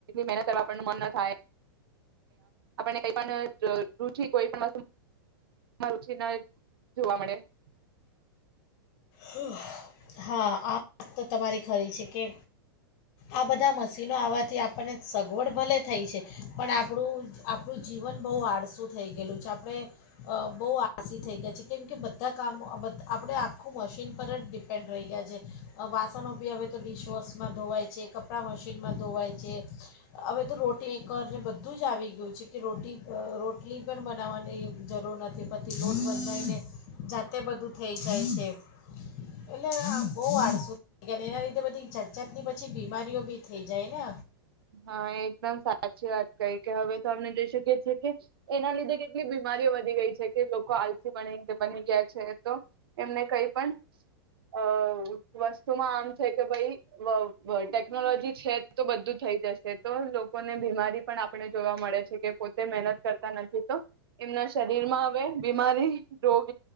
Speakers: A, on the right; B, on the left.
A: મહેનત કરવા મન ન થાય. <unintelligible> આપને કઈ પણ રુચિ કોઈ પણ વસ્તુ રુચિ ના જોવા મળે. <unintelligible>
B: હા આ વાત તો તમારી ખરી છે કે, આ બધા મશીનો આવવાથી આપણને સગવડ ભલે થઈ છે, પણ આપણું આપણું જીવન બહુ આળસું થઈ ગયેલું છે આપણે, બહુ આળસી થઈ ગયા છે કેમ કે બધા કામો બધ આપણે આખું. આખું મશીન પર જ ડિપેન્ડ રહી ગયા છે, વાસણો બી હવે તો ડિશવોશમાં ધોવાય છે કપડાં મશીનમાં ધોવાય છે, હવે તો રોટી કરને બધું જ આવી ગયું છે કે રોટી રોટલી પણ બનાવવાની જરૂર નથી પતિ લોટ બતાવીને જાતે બધું થઈ જાય છે. એટલે બહ આળસુ થ એના લીધે બધી જાત જાત ની પછી બીમારીઓ બી થઈ જાય ને.
A: હા એકદમ સાચી વાત કઈ કે હવે તો આપને જોઈ શકીએ છીએ કે, એના લીધે કેટલી બીમારીઓ વધી ગઈ છે, કે લોકો આલસી બની ગયા છે તો, એમને કઈ પણ અ વસ્તુમાં આમ છે કે ભાઈ ટેકનોલોજી છે તો બધું થઈ જશે તો લોકોને બીમારી પણ આપણે જોવા મળે છે કે પોતે મહેનત કરતા નથી તો, એમના શરીરમાં હવે બીમારી રોગ